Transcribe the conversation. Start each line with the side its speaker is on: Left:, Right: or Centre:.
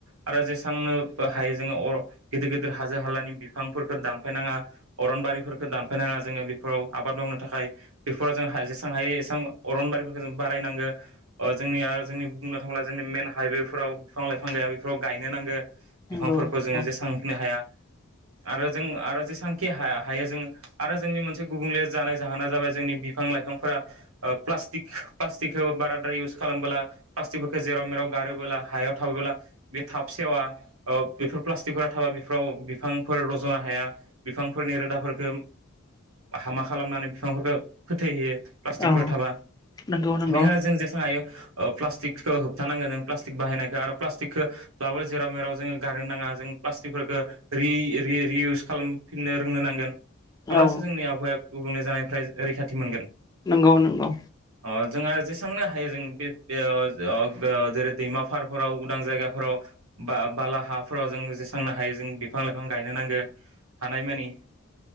Right: आरो जेसांनो हायो जोङो अर' गिदिर गिदिर हाजो हालानि बिफांफोरखो दानफायनाङा, अरनबारिफोरखो दानफायनाङा। जोङो बेफोराव आबाद मावनो थाखाय बेफोराव जों हा जेसां हायो एसां अरनबारिफोरखोनो जों बारायनांगो ओ जोंनिआ जोंनि बुंनो थाङोब्ला जोंनि मेन हाइवेफोराव बिफां लाइफां गाया बेफोराव गायनो नांगो बिफांफोरखौ
Left: नंगौ
Right: जोङो
Left: औ
Right: जेसांखिनि हाया। आरो जों आरो जेसांखि हा-हायो जों आरो जोंनि मोनसे गुबुंले जानाय जाहोना जाबाय जोंनि बिफां लाइफांफोरा ओ प्लास्टिक प्लास्टिकखौ बाराद्राय इउस खालामबोला प्लास्टिकफोरखो जेराव मेराव गारोब्ला हायाव थाबोला बे थाब सेवा। ओ बेफोर प्लास्टिकफोरा थाबा बेफोराव बिफांफोर रज'नो हाया, बिफांफोरनि रोदाफोरखो हामा खालामनानै बिफांफोरफोरखो फोद थैहोयो प्लासटिकफोर
Left: औ
Right: थाबा।
Left: नंगौ नंगौ
Right: बेनिखायनो जों जेसां हायो ओ प्लास प्लास्टिकखो होबथानांगोन जों प्लास्टिक बाहायनायखो आरो प्लास्टिकखोब्लाबो जेराव मेराव जोङो गारनो नाङा जों प्लास्टिकफोरखो रि-रि-रि इउस खालामफिननो रोंनो नांगोन।
Left: औ
Right: होमब्लासो जोंनि आबहावाया गुबुंले जानायखौ ओमफ्राय रैखाथि मोनगोन।
Left: नंगौ नंगौ।
Right: अ जोंङा आरो जेसांनो हायो जों बे बे आव ओब आ जेरै दैमा फारफोराव उदां जायगाफोराव बा-बाला हाफोराव जों जेसांनो हायो जों बिफां लाइफां गायनो नांगो हानायमानि